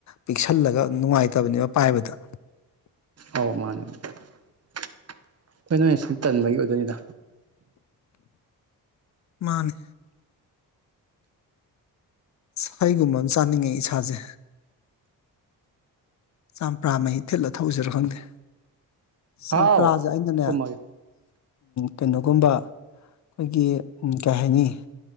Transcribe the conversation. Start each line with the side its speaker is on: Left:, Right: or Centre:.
Left: ꯄꯤꯛꯁꯜꯂꯒ ꯅꯨꯡꯉꯥꯏꯇꯕꯅꯦꯕ ꯄꯥꯏꯕꯗ
Right: ꯑꯧ ꯃꯥꯅꯦ <unintelligible> ꯇꯟꯕꯒꯤ ꯑꯣꯏꯗꯣꯏꯅꯤꯗ
Left: ꯃꯥꯅꯦ ꯍꯩꯒꯨꯝꯕ ꯑꯃ ꯆꯥꯅꯤꯡꯉꯦ ꯏꯁꯥꯁꯦ ꯆꯝꯄ꯭ꯔꯥ ꯃꯍꯤ ꯊꯤꯠꯂ ꯊꯧꯎꯁꯤꯔ ꯈꯪꯗꯦ
Right: ꯍꯥꯎ
Left: ꯆꯝꯄꯔꯥꯁꯦ ꯑꯩꯅꯅꯦ
Right: ꯀꯨꯝꯃꯒꯦ
Left: ꯀꯩꯅꯣꯒꯨꯝꯕ ꯑꯩꯈꯣꯏꯒꯤ ꯀꯩ ꯍꯥꯏꯅꯤ